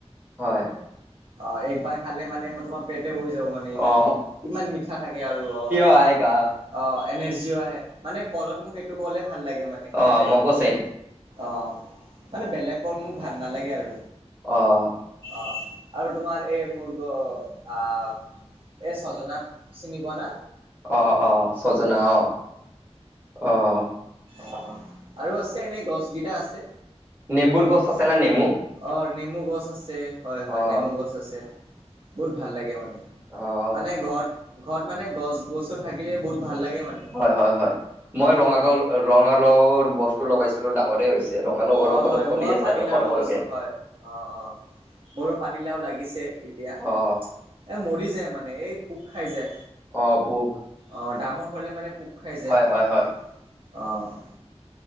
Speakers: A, on the right; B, on the right.
A: হয়।
B: অ' একবাৰ খালে মানে মই তোমাৰ পেটে ভৰি যাব মানে ইমান,
A: অ
B: ইমান মিঠা থাকে আৰু অ'।
A: পায় গা
B: অ' এনাৰজিও আহে, মানে কলত মোক এইটো কলে ভাল লাগে মানে খাতে।
A: অ মকো চেম
B: অ' মানে বেলেক কল মোক ভাল নালাগে আৰু।
A: অ'।
B: অ' আৰু তোমাৰ এই <unintelligible> আহ এই ছজনা চিনি পোৱা না?
A: অ', অ', ছজনা অ', অ'।
B: অ' আৰু আছে এনেই গছ কেইটা আছে।
A: নেম্বুুৰ গছ আছে নে নেমু?
B: অ' নেমু গছ আছে হয় হয়
A: অ
B: নেমু গছ আছে, বহুত ভাল লাগে মানে।
A: অ
B: মানে ঘৰত, ঘৰত মানে গছ গছনি থাকিলে বহুত ভাল লাগে মানে।
A: হয় হয় হয়। মই
B: অ
A: ৰঙা গাও ৰঙালওৰ গছটো লগাইছিলোঁ ডাঙৰে হৈছে। ৰঙালাও অলপ
B: অ'
A: অলপ
B: হয়।
A: ফলি
B: মই
A: আছে
B: পানীলাও
A: আৰু সৰু
B: লগাইছোঁ
A: সৰুকে
B: হয়। অ', অ'। মোৰো পানীলাও লাগিছে এতিয়া,
A: অ
B: এ, মৰি যায় মানে এই পোক খাই যায়।
A: অ' পোক।
B: অ' ডাঙৰ হ'লে মানে পোক খাই যাই
A: হয়
B: মানে।
A: হয় হয়
B: অ'।